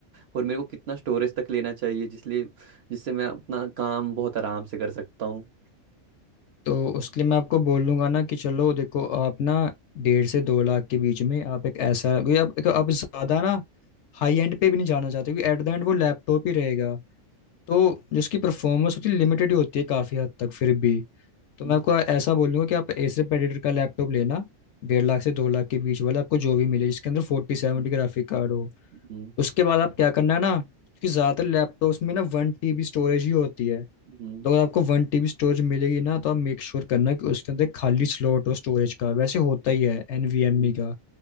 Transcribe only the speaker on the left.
तो उसके लिए मैं आपको बोल दूंगा ना कि चलो देखो आप ना डेढ़ से दो लाख के बीच में आप एक ऐसा क्योंकि आप एक- आप ज़्यादा ना हाई एंड पे भी नहीं जाना चाहते क्योंकि एट द एंड
वो लैपटॉप ही रहेगा तो जो उसकी परफॉर्मेंस होती है लिमिटेड ही होती है
काफ़ी हद तक फिर भी तो
मैं आपको ऐसा बोलूँगा कि आप एसर प्रेडिटर का लैपटॉप लेना डेढ़ लाख से दो लाख के बीच वाला आपको जो भी मिले जिसके अंदर फोर्टी सेवेंटी
ग्राफिक कार्ड हो
उसके बाद आप क्या करना है ना क्योंकि ज्यादातर लैपटॉप्स में ना वन टीबी स्टोरेज ही होती है
तो अगर आपको वन टीबी स्टोरेज मिलेगी ना तो आप मेक श्योर करना कि उसके अंदर खाली स्लॉट हो स्टोरेज का वैसे होता ही है एनवीएमई
का